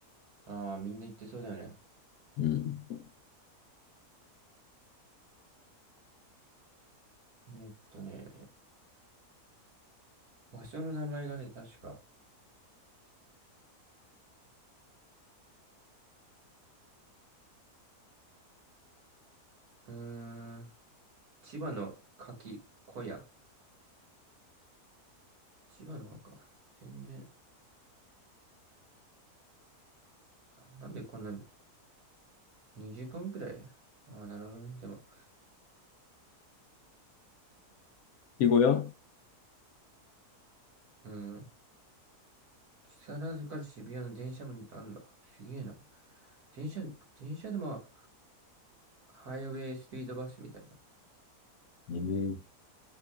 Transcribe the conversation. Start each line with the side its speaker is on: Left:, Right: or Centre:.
Right: ああー、みんな行ってそうだよね。
Left: うん。
Right: えっとね、場所の名前がね、確か。うーん、千葉の柿小屋千葉の方か。全然、ななんでこんなに2時間くらいああー、なるほどね。でも、
Left: 牡蠣小屋
Right: うん。木更津から渋谷の電車もあんだ。すげえな。電車、電車でも、ハイウェイスピードバスみたいな。
Left: ええ